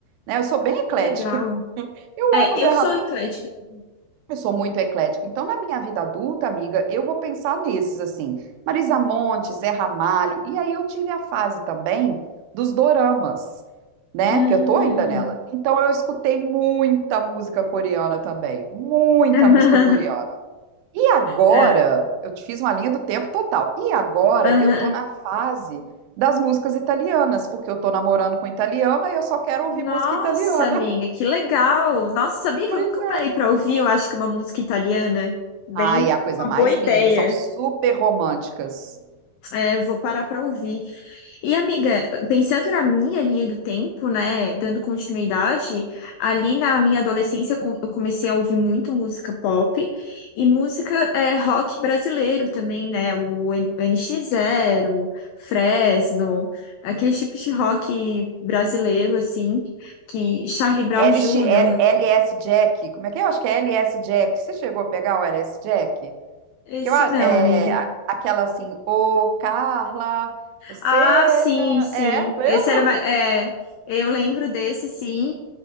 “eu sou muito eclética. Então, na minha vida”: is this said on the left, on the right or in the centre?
Right